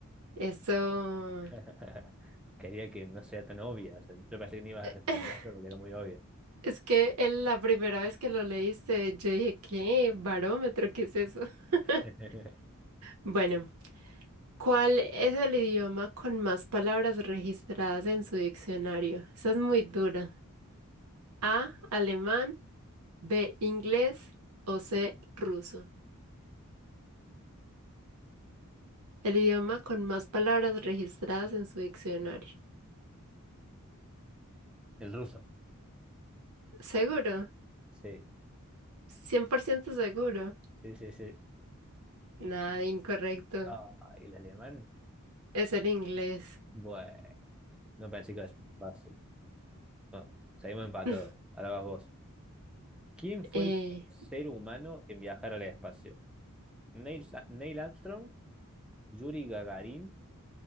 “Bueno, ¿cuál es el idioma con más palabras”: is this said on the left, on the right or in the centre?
Right